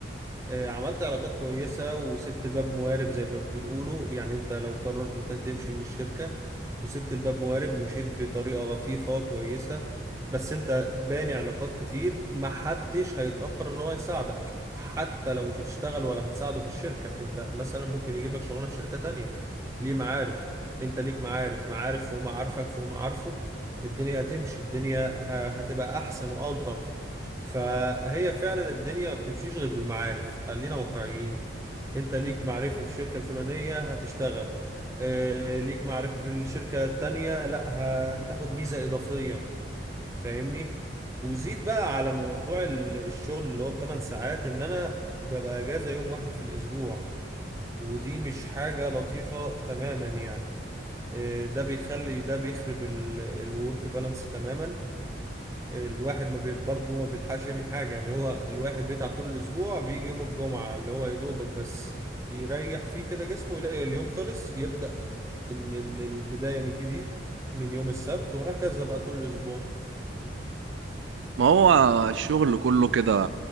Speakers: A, on the right; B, on the right.
A: آه، عملت علاقات كويسة وسبت الباب موارب زي ما بيقولوا يعني انت لو قررت انت تمشي من الشركة وسبت الباب موارب مشيت بطريقة لطيفة كويسة بس انت باني علاقات كتير محدش هيتأخر ان هو يساعدك حتى لو مش هتشتغل ولا هتساعده في الشركة انت مثلا ممكن يجيب لك شغلانة في شركة تانية ليه معارف انت ليك معارف معارف فوق معارفك فوق معارفه الدنيا هتمشي الدنيا ه- هتبقى احسن والطف فهي فعلا الدنيا ما بتمشيش غير بالمعارف خلينا واقعيين انت ليك معرفة في الشركة الفلانية هتشتغل اه ليك معرفة في الشركة التانية لا ه- هتاخد ميزة إضافية فاهمني وزيد بقى على موضوع ال- الشغل اللي هو الثمان ساعات ان انا ببقى اجازة يوم واحد في الاسبوع ودي مش حاجة لطيفة تماما يعني اه ده بيخلي ده بيخرب الورك بالانس تماما الواحد ما بي... برضه ما بيلحقش يعمل حاجة يعني هو الواحد بيتعب طول الأسبوع بيجي يوم الجمعة اللي هو يا دوبك بس يريح فيه كده جسمه يلاقي اليوم خلص يبدأ ال... ال... البداية من جديد من يوم السبت وهكذا بقى طول الأسبوع
B: ما هو الشغل كله كده